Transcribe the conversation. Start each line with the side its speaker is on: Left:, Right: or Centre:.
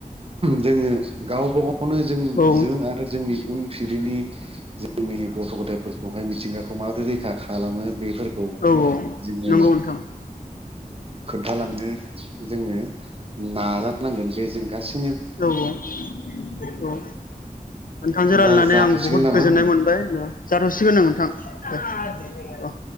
Right: जोङो गावबा गावनो जों
Left: औ
Right: जों आरो जोंनि उन फिरिनि जोंनि गथ' गथायफोरखौहाय मिथिंगाखौ माबोरै रैखा खालामो बे फोरखौ
Left: औ
Right: जोङो
Left: नंगौ नोंथां
Right: खोन्थालांनो जोङो नाजानांगोन बे जों गासै
Left: औ औ औ नोंथांजों
Right: होमबा
Left: रायलायनानै
Right: जाथ'सिगोन
Left: आं बुहुद
Right: नामा?
Left: गोजोननाय मोनबाय जाथ'सिगोन नो नोंथां दे अ